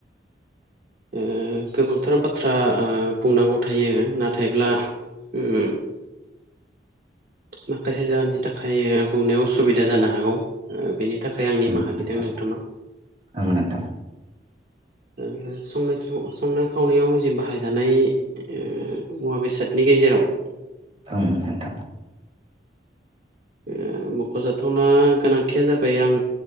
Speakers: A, on the right (about 50°); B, on the right (about 35°).
A: ओ गोबांथार बाथ्रा ओ बुंनांगौ थायो नाथायब्ला उम माखासे जाहोननि थाखाय बुंनायाव उसुबिदा जानो हागौ। ओ बेनि थाखाय आं निमाहा
B: ओं नोंथां
A: बिदों नोंथांनाव।
B: ओं नोंथां।
A: ओ संनाय खियाव संनाय खावनायाव जि बाहायजानाय ओ मुवा बेसादनि गेजेराव
B: ओं नोंथां।
A: ओ मख'जाथावना गोनांथिया जाबाय आं